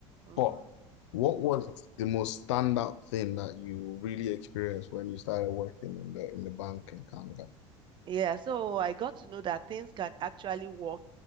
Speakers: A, on the right; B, on the left.
A: Mm-hmm.
B: But what was the most standout thing that you really experienced when you started working in the in the bank in Canada?
A: Yeah, so I got to know that things can actually work